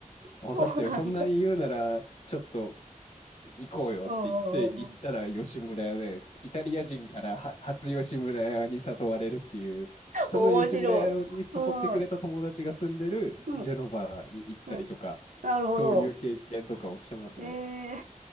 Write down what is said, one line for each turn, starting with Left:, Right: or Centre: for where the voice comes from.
Left: 分かったよそんなに言うならちょっと
Right: そうなんだ。
Left: 行こうよって言って、
Right: うんうんうんうん。
Left: 行ったら吉村屋で、イタリア人からは初吉村屋に誘われるっていう、その吉村屋に誘ってくれた友達が住んでるジェノバに行ったりとか、
Right: 面白い。うん。うん。うん。なるほど。
Left: そういう経験とかをしてますね。
Right: えー。